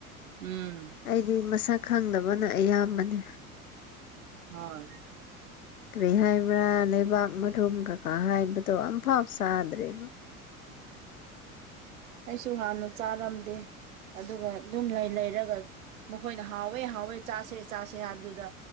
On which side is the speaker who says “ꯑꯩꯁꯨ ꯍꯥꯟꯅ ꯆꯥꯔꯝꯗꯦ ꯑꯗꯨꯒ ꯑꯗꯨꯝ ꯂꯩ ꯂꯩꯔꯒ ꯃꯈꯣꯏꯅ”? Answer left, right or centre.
Right